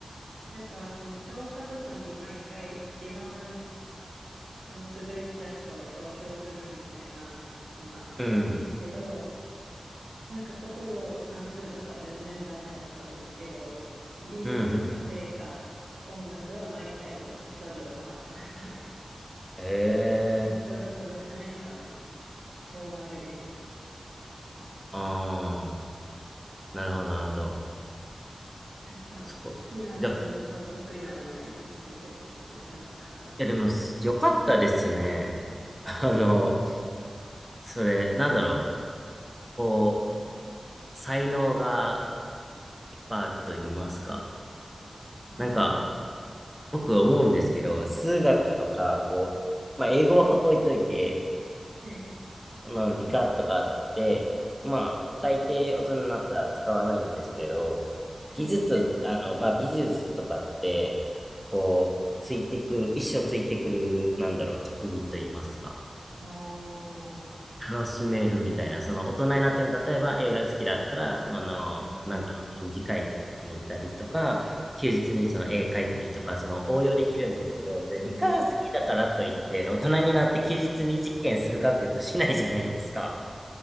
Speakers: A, on the right; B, in the centre.
A: なんかその教科ごとに毎回一番その優れてた人を表彰するみたいなのがあったんですけど、
B: うん。
A: なんか国語算数とかは全然ダメだったんですけど、美術、
B: うん。うん
A: 家庭科、音楽は毎回その賞状をもらってましたね。
B: ええ。
A: なんで小学校6年間、そうなめでした。
B: ああ。なるほど、なるほど。
A: やっぱ好きなものと得意なものが一致してて、
B: そこ。じゃ、い
A: すごい楽しかったです。
B: や、でも、よかったですね。あの、それ、なんだろう。こう、才能が、いっぱいあると言いますか。
A: ああ、
B: なんか、
A: はい、
B: 僕思うんですけど、数学とか、こう、まあ、英語は置いといて、
A: は
B: まあの、理科とかって、まあ、大抵大人になったら使わないんですけど、技術、
A: い、はい。
B: あの、まあ、美術とかって、こう、ついてくる、一生ついてくる、なんだろう、特技と言いますか。
A: ああ、は
B: 楽しめるみたいな、その大人になっても、例えば映画好きだったら、まああの、
A: い、
B: なんかの展示会に行ったりとか、
A: はい。い。
B: 休日にその絵描いたりとか、その応用できるんですけど、じゃあ理科が好きだからといって、
A: うん。
B: 大人になって休日に実験するかっていうとしないじゃないですか。